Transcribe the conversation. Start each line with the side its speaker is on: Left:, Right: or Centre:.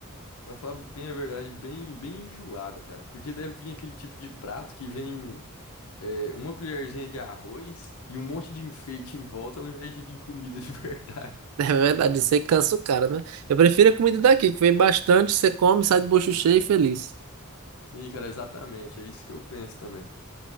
Left: pra falar bem a verdade, bem, bem enjoada, cara. Porque deve vir aquele tipo de prato que vem. é, uma colherzinha de arroz e um monte de enfeite em volta ao invés de vir comida de <laughs> verdade.
Right: <laughs> É verdade, isso aí cansa o cara, né? Eu prefiro a comida daqui, que vem bastante, você come, sai de bucho cheio e feliz.
Left: Sim, cara, exatamente. É isso que eu penso também.